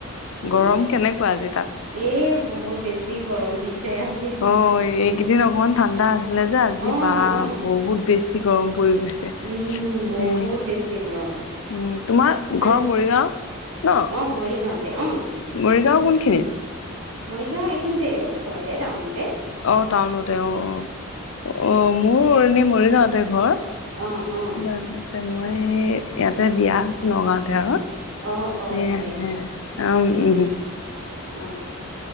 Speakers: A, on the right (about 70°); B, on the left (about 65°).
A: উ
B: গৰম কেনেকুৱা আজি তাত?
A: এই বহুত বেছি গৰম দিছে আজি
B: অ এইকেইদিন অকমান ঠাণ্ডা আছিলে যে আজি
A: অ
B: বা
A: অ
B: বহুত বেছি কৰম পৰি গৈছে
A: উম বহুত
B: এ
A: বেছি গৰম
B: উ তোমাৰ
A: মানে
B: ঘৰ মৰিগাঁও ন
A: অ মৰিগাঁৱতে অ
B: মৰিগাঁও
A: ইয়াতে
B: কোনখিনিত
A: মৰিগাঁও এইখিনিতে ওচৰতে টাউনত
B: অ টাউনতে অ অ অ মোৰ মোৰ অণি মৰিগাঁৱতে ঘৰ
A: অ অ
B: ব মই ইয়াতে বিয়া আছো নগাঁওতে আৰু
A: অ অ
B: হে
A: তাতে
B: হে
A: কৰা
B: অ উমুম
A: অ